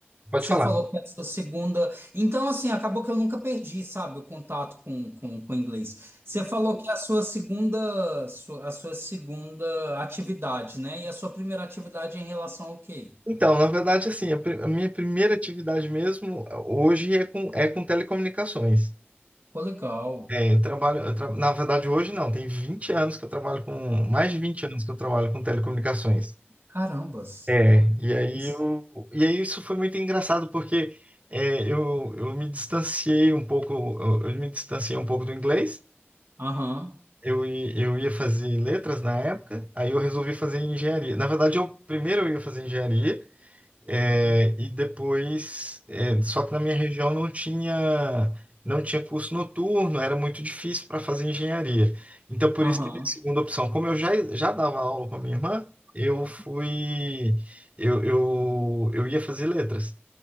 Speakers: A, on the right; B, on the right.
A: Pode
B: você
A: falar.
B: falou que é a sua segunda. Então, assim, acabou que eu nunca perdi, sabe, o contato com, com, com o inglês. Você falou que é a sua segunda, sua- a sua segunda atividade, né? E a sua primeira atividade é em relação ao quê?
A: Então, na verdade, assim, a, pri- a minha primeira atividade mesmo eh, hoje é com, é com telecomunicações.
B: Pô, legal.
A: É, eu trabalho, eu tra- na verdade, hoje não, tem 20 anos que eu trabalho com, mais de 20 anos que eu trabalho com telecomunicações.
B: Carambas.
A: É, e aí
B: Isso.
A: eu, e aí isso foi muito engraçado porque é, eu, eu me distanciei um pouco, eu, eu me distanciei um pouco do inglês.
B: Aham.
A: Eu, i- eu ia fazer letras na época, aí eu resolvi fazer engenharia. Na verdade, eu primeiro eu ia fazer engenharia, É, e depois, é, só que na minha região não tinha, não tinha curso noturno, era muito difícil para fazer engenharia. Então, por
B: Aham.
A: isso que a minha segunda opção, como eu já, já dava aula com a minha irmã, eu fui, eu, eu, eu ia fazer letras.